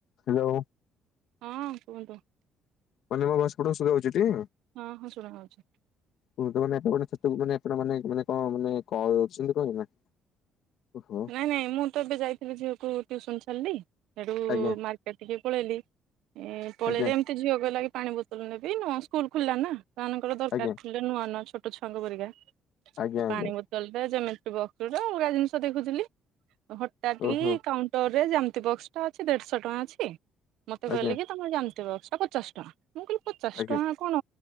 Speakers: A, on the left (about 60°); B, on the right (about 75°).
A: Hello.
B: ହୁଁ କୁହନ୍ତୁ?
A: କହିନି ମୋଭଏସ୍ ଗୁଡ଼ା ସୁଭାଜାଉଚିଟି?
B: ହଁ ହଁ ଶୁଣାହଉଚି।
A: କୁହନ୍ତୁ ମାନେ ଆପଣ ସେମାନେ ଆପଣ ମାନେ ମାନେ କଣ ମାନେ କରୁଚନ୍ତି କଣ ଏଇନା? ଓହୋ।
B: ନାଇଁ ନାଇଁ ମୁଁତ ଏବେ ଯାଇଥିଲି ଝିଅକୁ ଟ୍ୟୁସନ୍ ଛାଡ଼ିଲି ସେଠୁ
A: ଆଜ୍ଞା
B: ମାର୍କେଟ ଟିକେ ପଳେଇଲି ପଳେଇଲେ
A: ଆଜ୍ଞା
B: ମତେ ଝିଅ କହିଲାକି ପାଣି ବୋତଲ ନେବି ନ ସ୍କୁଲ ଖୋଲିଲାନା ସେମାନଙ୍କର ଦରକାର
A: ଆଜ୍ଞା
B: ନୂଆ ନୂଆ ଛୋଟ ଛୁଆଙ୍କ ପରିକା
A: ଆଜ୍ଞା ଆଜ୍ଞା
B: ପାଣି ବୋତଲରେ ଯେମିଟ୍ରି ବକ୍ସଟେ ଅଲଗା ଜିନିଷ ଦେଖ ଖିଥିଲି ହଟାତ୍ କି
A: ଓହୋ
B: କାଉଣ୍ଟରରେ ଜ୍ୟାମିତି ବକ୍ସଟା ଅଛି ଦେଢଶହ ଟଙ୍କା ଅଛି ମତେ କହିଲେକି
A: ଆଜ୍ଞା
B: ତମେ ଜେମିଟ୍ରି ବକ୍ସ୍ଟା ପଚାଶେ ଟଙ୍କା ମୁଁ କହିଲି ପଚାଶ
A: ଆଜ୍ଞା
B: ଟଙ୍କା କଣ